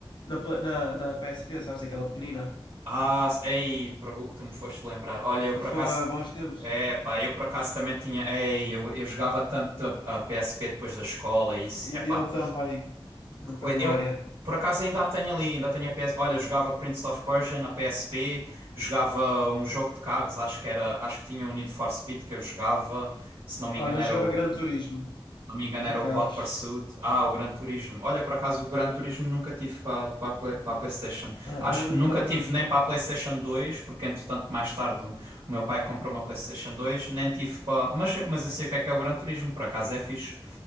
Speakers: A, on the left; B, on the right.
A: na, pla- na, na PSP, sabes, aquela pequenina.
B: Ah, se- ei, por- o que tu me foste lembrar. Olha, eu por acaso.
A: Foi há bons tempos.
B: É, pá, eu por acaso também tinha. Ei, eu, eu jogava tanto a, a PSP depois da escola, e isso.
A: E
B: É pá,
A: eu também, na
B: que coi-
A: primária.
B: eu por acaso ainda a tenho ali, ainda tenho a PS. Olha, eu jogava Prince of Persia na PSP, jogava um jogo de carros, acho que era. Acho que tinha o Need for Speed que eu jogava, se não me
A: Olha,
B: engano
A: eu
B: era
A: jogava
B: o.
A: Gran Turismo,
B: não me engano,
A: de
B: era
A: carros.
B: o Hot Pursuit. Ah, o Gran Turismo. Olha, por acaso, o Gran Turismo nunca tive para para a Play- para a PlayStation.
A: Ah,
B: Acho,
A: era muito
B: nunca
A: top,
B: tive
A: era muito
B: nem
A: top.
B: para a PlayStation 2, porque entretanto, mais tarde, o meu pai comprou uma PlayStation 2. Nem tive para. Mas, mas eu sei o que é que é o Gran Turismo, por acaso é fixe.